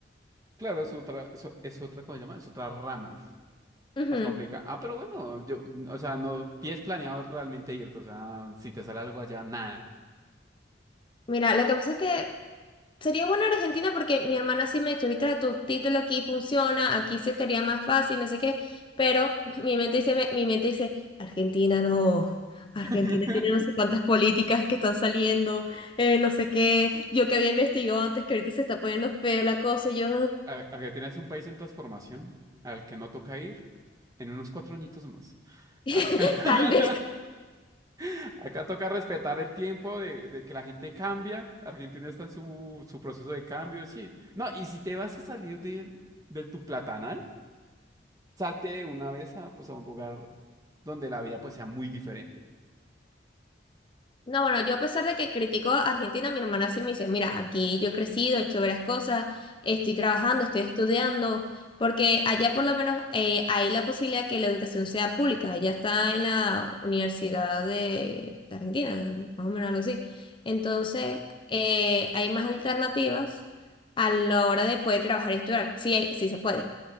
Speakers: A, on the right (about 20°); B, on the left (about 30°).
A: Claro, es otra, eso- es otra, ¿cómo se llama? Es otra rama.
B: Ujú.
A: Más complicada. Ah, pero bueno, yo, o sea, no tienes planeado realmente irte. O sea, si te sale algo allá, nada.
B: Mira, lo que pasa es que Sería bueno Argentina porque mi hermana sí me ha dicho, Vitra, tu título aquí funciona, aquí se te haría más fácil, no sé qué, pero <laughs> mi mente dice, me- mi mente dice, Argentina no, Argentina
A: <laughs>
B: tiene no sé cuántas políticas que están saliendo, eh, no sé qué, yo que había investigado antes que ahorita se está poniendo feo la cosa, y yo,
A: Ar- Argentina es un país en transformación al que no toca ir en unos cuatro añitos más.
B: <laughs>
A: Acá,
B: tal vez.
A: <laughs> acá toca respetar el tiempo de, de que la gente cambia. Argentina está en su, su proceso de cambio, sí. No, y si te vas a salir de, de tu platanal, salte de una vez a, pues, a un lugar donde la vida pues, sea muy diferente.
B: No, bueno, yo a pesar de que critico a Argentina, mi hermana sí me dice, mira, aquí yo he crecido, he hecho varias cosas, estoy trabajando, estoy estudiando, porque allá por lo menos eh, hay la posibilidad que la educación sea pública, ella está en la Universidad de, de Argentina, más o menos algo así. Entonces, eh, hay más alternativas a la hora de poder trabajar y estudiar, sí, hay- sí se puede.